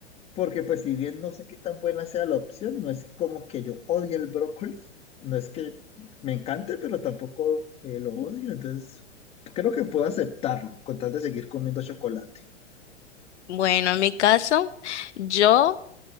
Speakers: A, on the left; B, on the left.
A: porque pues si bien no sé qué tan buena sea la opción, no es como que yo odie el brócoli, no es que me encante, pero tampoco eh, lo odio, entonces creo que puedo aceptarlo con tal de seguir comiendo chocolate.
B: Bueno, en mi caso, yo